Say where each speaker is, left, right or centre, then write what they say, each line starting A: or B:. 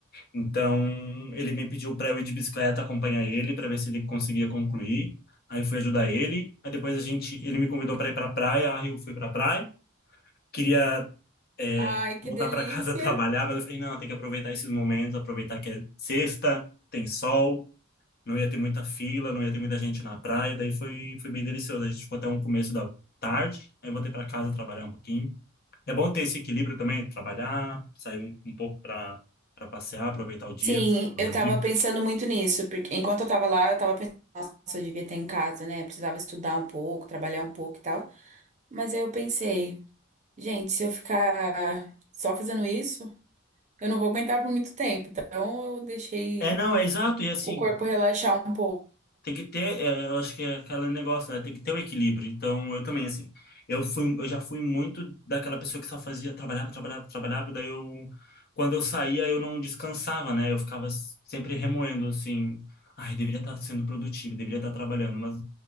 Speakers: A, on the left; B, on the right.
A: Então, ele me pediu para eu ir de bicicleta acompanhar ele, para ver se ele conseguia concluir. Aí fui ajudar ele, aí depois a gente, ele me convidou para ir para praia, aí eu fui para praia. Queria é,
B: Ai, que
A: voltar
B: delícia.
A: para casa <laughs> trabalhar, mas eu falei, não, tem que aproveitar esses momentos, aproveitar que é sexta, tem sol, não ia ter muita fila, não ia ter muita gente na praia, daí foi, foi bem delicioso. A gente ficou até um começo da tarde, aí eu voltei para casa trabalhar um pouquinho. É bom ter esse equilíbrio também, trabalhar, sair um, um pouco para para passear, aproveitar o dia
B: Sim,
A: com
B: eu
A: os amigos.
B: tava pensando muito nisso, porque enquanto eu tava lá, eu tava pensando, nossa, eu devia ter em casa, né? Precisava estudar um pouco, trabalhar um pouco e tal. Mas aí eu pensei. Gente, se eu ficar só fazendo isso, eu não vou aguentar por muito tempo. Então, eu deixei
A: É, não, é exato, e assim,
B: o corpo relaxar um pouco.
A: Tem que ter, é, eu acho que é aquele negócio, né? Tem que ter o equilíbrio. Então, eu também, assim, eu fui, eu já fui muito daquela pessoa que só fazia, trabalhava, trabalhava, trabalhava, daí eu, quando eu saía, eu não descansava, né? Eu ficava s- sempre remoendo, assim, ai, deveria estar sendo produtivo, deveria estar trabalhando, mas